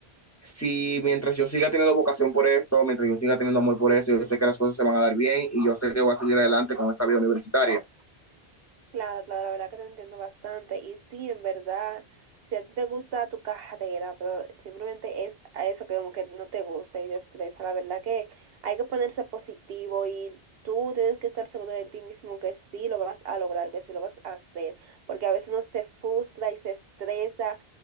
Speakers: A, on the left (about 15°); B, on the right (about 70°).
A: si mientras yo siga teniendo vocación por esto, mientras yo siga teniendo amor por eso, yo sé que las cosas se van a dar bien y yo sé que voy a seguir adelante con esta vida universitaria.
B: Claro, claro, la verdad que te entiendo bastante. Y sí, en verdad, si a ti te gusta tu carrera, pero simplemente es a eso que como que no te gusta y te estresa, la verdad que hay que ponerse positivo y tú tienes que estar seguro de ti mismo que sí lo vas a lograr, que sí lo vas a hacer, porque a veces uno se frustra y se estresa,